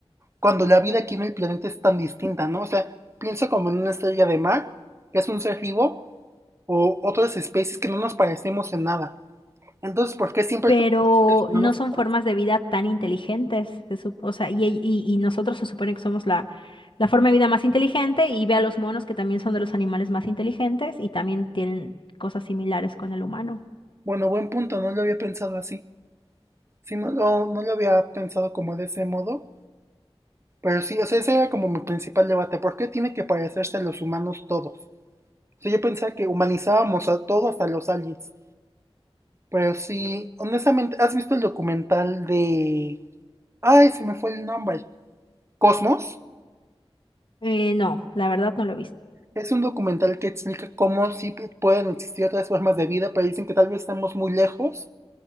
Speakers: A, on the right (about 25°); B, on the left (about 50°).
A: cuando la vida aquí en el planeta es tan distinta, ¿no? O sea, piensa como en una estrella de mar, que es un ser vivo, o otras especies que no nos parecemos en nada. Entonces, ¿por qué siempre
B: pero
A: todos los seres humanos
B: no son
A: se parecen?
B: formas de vida tan inteligentes. se sup- o sea, y, y- y nosotros se supone que somos la, la forma de vida más inteligente y ve a los monos que también son de los animales más inteligentes y también tienen cosas similares con el humano.
A: Bueno, buen punto, no lo había pensado así. Sí, no, lo- no lo había pensado como de ese modo. Pero sí, o sea, ese era como mi principal debate. ¿Por qué tiene que parecerse a los humanos todos? O sea, yo pensaba que humanizábamos a todos a los aliens. Pero sí, honestamente, ¿has visto el documental de... Ay, se me fue el nombre. ¿Cosmos?
B: Eh, no, la verdad no lo he visto.
A: Es un documental que explica cómo sí pueden existir otras formas de vida, pero dicen que tal vez estamos muy lejos,